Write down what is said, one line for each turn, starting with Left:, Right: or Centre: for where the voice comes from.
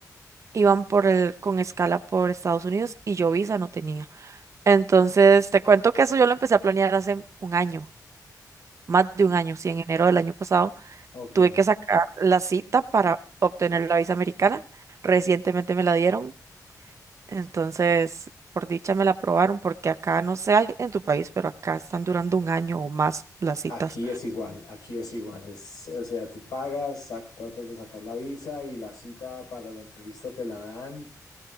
Right: iban por el, con escala por Estados Unidos y yo visa no tenía. Entonces, te cuento que eso yo lo empecé a planear hace un año, más de
Left: ¿Qué-
Right: un año, sí, en enero del año pasado.
Left: Ok.
Right: Tuve que sacar la cita para obtener la visa americana. Recientemente me la dieron, entonces por dicha me la aprobaron porque acá no sé hay en tu país, pero acá están durando un año o más las citas.
Left: Aquí es igual, aquí es igual. Es, o sea, tú pagas, sac- tratas de sacar la visa y la cita para la entrevista te la dan